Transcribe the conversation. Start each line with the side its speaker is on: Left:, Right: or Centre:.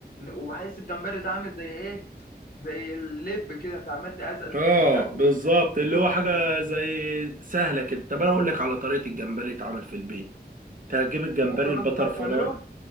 Left: وبحس الجمبري ده عامل زي ايه زي اللب كده انت عمال تقزقز
Right: اه
Left: منه تاكل
Right: بالظبط اللي
Left: تاكل
Right: هو
Left: وتقزقز
Right: حاجه زي سهله كده طب انا اقول لك على طريقه الجمبري يتعمل في البيت تجيب الجمبري
Left: بجد ولا
Right: البتر
Left: انت بتعرف
Right: فلاي
Left: تعمله